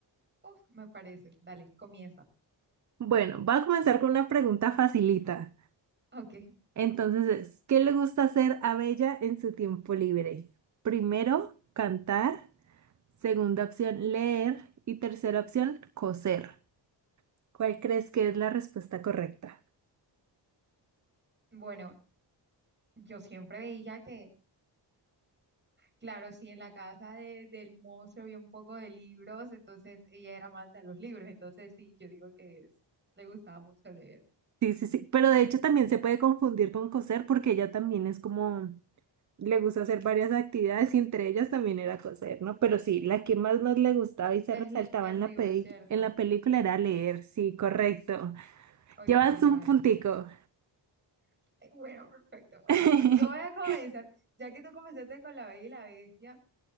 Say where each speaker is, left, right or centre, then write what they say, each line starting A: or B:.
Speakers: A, on the right; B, on the right.
A: Uf, me parece, dale, comienza.
B: Bueno, voy a comenzar con una pregunta facilita.
A: Ok,
B: Entonces es, ¿qué le gusta hacer a Bella en su tiempo libre? Primero, cantar. Segunda opción, leer. Y tercera opción, coser. ¿Cuál crees que es la respuesta correcta?
A: bueno, yo siempre veía que, claro, si en la casa de- del monstruo había un poco de libros, entonces ella era amante de los libros, entonces sí, yo digo que es, le gustaba mucho leer.
B: Sí, sí, sí. Pero de hecho también se puede confundir con coser porque ella también es como, le gusta hacer varias actividades y entre ellas también era coser, ¿no? Pero sí, la que más nos le gustaba y se
A: Es
B: resaltaba
A: leer
B: en
A: libros,
B: la peli-
A: ¿cierto?
B: en la película era leer. Sí, correcto.
A: Ok,
B: Llevas un
A: vale.
B: puntico.
A: <laughs> Eh, Bueno, perfecto. bueno.
B: <laughs>
A: Yo voy a comenzar, ya que tú comenzaste con La Bella y la Bestia,